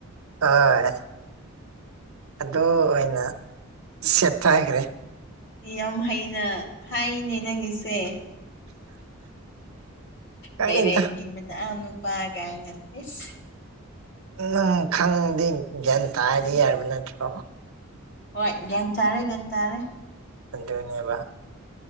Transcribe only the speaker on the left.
ꯌꯥꯝ ꯍꯩꯅ ꯍꯥꯏꯅꯦ ꯅꯪꯒꯤꯁꯦ
ꯃ ꯔꯒꯤ ꯃꯗꯥ ꯄꯥ ꯀꯥꯏꯅꯁ
ꯍꯣꯏ ꯟ ꯆꯥꯔꯦ ꯒꯟ ꯆꯥꯔꯦ